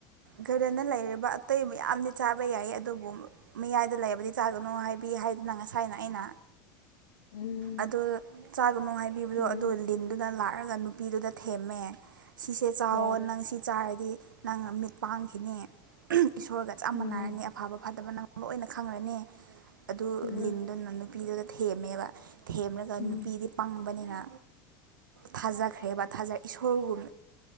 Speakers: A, on the right (about 80°); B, on the left (about 85°).
A: ꯒꯥꯔꯗꯟꯅ ꯂꯩꯔꯤꯕ ꯑꯇꯩ ꯃꯌꯥꯝꯗꯤ ꯆꯥꯕ ꯌꯥꯏ ꯑꯗꯨꯕꯨ ꯃꯌꯥꯏꯗ ꯂꯩꯔꯕꯗꯤ ꯆꯥꯒꯅꯨ ꯍꯥꯏꯕꯤ ꯍꯥꯏꯗꯨꯅ ꯉꯁꯥꯏꯅ ꯑꯩꯅ
B: ꯎꯝ
A: ꯑꯗꯨ ꯆꯥꯒꯅꯨ ꯍꯥꯏꯕꯤꯕꯗꯣ
B: ꯆꯨꯝꯃꯦ
A: ꯑꯗꯨ ꯂꯤꯟꯗꯨꯅ ꯂꯥꯛ ꯍꯥꯏꯔꯒ ꯅꯨꯄꯤꯗꯨꯗ ꯊꯦꯝꯃꯦ ꯁꯤꯁꯦ ꯆꯥꯎꯋꯣ
B: ꯍꯣꯏ
A: ꯆꯥꯔꯗꯤ ꯅꯪ ꯃꯤꯠ ꯄꯥꯡꯈꯤꯅꯤ ꯏꯁꯣꯔꯒ ꯆꯞ
B: ꯎꯝ
A: ꯃꯟꯅꯔꯅꯤ ꯑꯐꯕ ꯐꯗꯕ ꯅꯪ ꯑꯣꯏꯅ ꯈꯪꯈ꯭ꯔꯅꯤ ꯑꯗꯨ
B: ꯆꯨꯝꯃꯦ
A: ꯂꯤꯟꯗꯨꯅ ꯅꯨꯄꯤꯗꯨꯒ ꯊꯦꯝꯃꯦꯕ ꯊꯦꯝꯂꯒ
B: ꯎꯝ
A: ꯅꯨꯄꯤꯗꯤ ꯄꯪꯕꯅꯤꯅ ꯊꯥꯖꯈ꯭ꯔꯦꯕꯥ ꯊꯖꯥ ꯏꯁꯣꯔꯒꯨꯝ